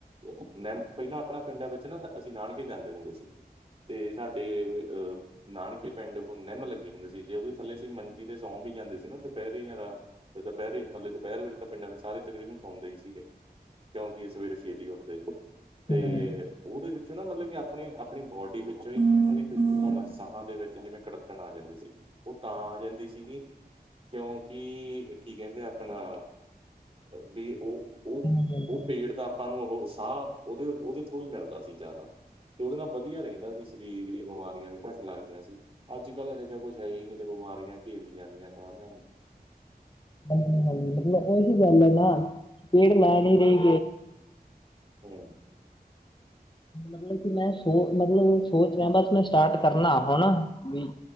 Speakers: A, on the right; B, on the left.
A: ਓ ਨਿਮ, ਪਹਿਲਾਂ ਆਪਣਾ ਪਿੰਡਾਂ ਵਿੱਚ ਨਾ, ਅਸੀਂ ਨਾਨਕੇ ਜਾਂਦੇ ਹੁੰਦੇ ਸੀ। ਤੇ ਸਾਡੇ, ਅਹ ਨਾਨਕੇ ਪਿੰਡ ਕੋਲ, ਨਿੰਮ ਲੱਗੇ ਹੁੰਦੀ ਸੀ। ਜੇ ਉਹਦੋਂ ਥੱਲੇ ਅਸੀਂ ਮੰਜੀ ਤੇ ਸੌਂ ਵੀ ਜਾਂਦੇ ਸੀ। ਨਾ ਦੁਪਹਿਰੇ ਰਾ ਦੁਪਹਿਰੇ ਮਤਲਬ ਦੁਪਹਿਰ ਵੇਲੇ ਤਾਂ ਪਿੰਡਾਂ ਵਿੱਚ, ਸਾਰੇ ਤਕਰੀਬਨ ਸੌਂਦੇ ਹੀ ਸੀਗੇ। ਕਿਉਂਕਿ, ਸਵੇਰੇ ਛੇਤੀ ਉੱਠਦੇ ਸੀ। ਤੇ
B: ਹਾਂਜੀ
A: ਉਹਦੇ ਵਿੱਚ, ਨਾ ਮਤਲਬ ਕਿ, ਆਪਣੇ ਆਪਣੀ ਬੋਡੀ ਵਿੱਚੋਂ ਹੀ ਹੋਣਾ ਸਾਹਾਂ, ਦੇ ਵਿੱਚ ਜਿਵੇਂ ਕੜੱਤਣ, ਆ ਜਾਂਦੀ ਸੀ। ਉਹ ਤਾਂ ਆ ਜਾਂਦੀ ਸੀਗੀ ਕਿਉਂਕਿ, ਕੀ ਕਹਿੰਦੇ ਆਪਣਾ, ਵੀ ਉਹ ਉਹ
B: ਹਾਂਜੀ
A: ਉਹ ਪੇੜ ਤਾਂ ਆਪਾਂ ਨੂੰ ਉਹ ਸਾਹ, ਉਹਦੇ ਉਹਦੇ ਤੋਂ ਵੀ ਮਿਲਦਾ ਸੀ, ਜ਼ਿਆਦਾ ਤੇ ਉਹਦੇ ਨਾਲ, ਵਧੀਆ ਰਹਿੰਦਾ ਸੀ, ਸਰੀਰ ਦੀਆਂ ਬਿਮਾਰੀਆਂ ਵੀ, ਘੱਟ ਲੱਗਦੀਆਂ ਸੀ। ਅੱਜ ਕੱਲ, ਇਹ ਤਾਂ ਕੁੱਛ ਹੈ ਹੀ ਨਹੀਂ, ਬਿਮਾਰੀਆਂ ਘੇਰੀਆਂ ਜਾਂਦੀਆਂ, ਸਾਰਿਆ ਨੂੰ
B: ਹਾਂ ਹਾਂ ਮਤਲਬ ਉਹੀ ਗੱਲ ਹੈ ਨਾ ਪੇੜ, ਲਾ ਨਈ ਰਹੇ
A: ਹਾ
B: ਮਤਲਬ ਕਿ ਮੈਂ, ਸੋ ਮਤਲਬ ਸੋਚ ਰਿਹਾ, ਬਸ ਮੈਂ ਸਟਾਟ ਕਰਨਾ, ਹੈਣਾ ਵੀ